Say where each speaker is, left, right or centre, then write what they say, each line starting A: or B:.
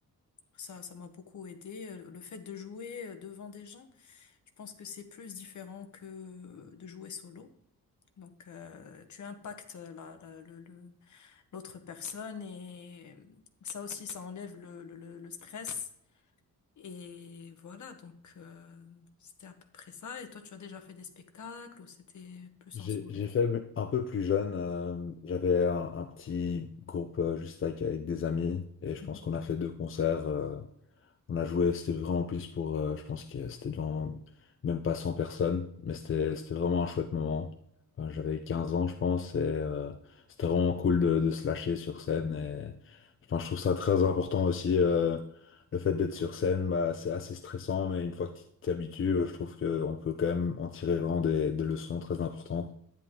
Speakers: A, on the left; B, on the left.
A: ça, ça m'a beaucoup aidé. Le fait de jouer euh, devant des gens, je pense que c'est plus différent que euh, de jouer solo. Donc, euh, tu impactes la, la- le, le- l'autre personne et ça aussi, ça enlève le, le, le, le stress. Et voilà, donc euh, c'était à peu près ça. Et toi, tu as déjà fait des spectacles ou c'était plus
B: J'ai
A: en solo?
B: j'ai fait un peu plus jeune. euh, j'avais un, un petit groupe euh, juste avec, avec des amis et je
A: Mhm,
B: pense qu'on a fait deux concerts. euh, on a joué, c'était vraiment plus pour, euh, je pense que c'était devant même pas 100 personnes, mais c'était c'était vraiment un chouette moment. Enfin, j'avais 15 ans, je pense, et euh, c'était vraiment cool de, de se lâcher sur scène. Et je pense je trouve ça très important aussi. euh, le fait d'être sur scène, bah, c'est assez stressant, mais une fois que tu t'y habitues, euh, je trouve qu'on peut quand même en tirer vraiment des des leçons très importantes.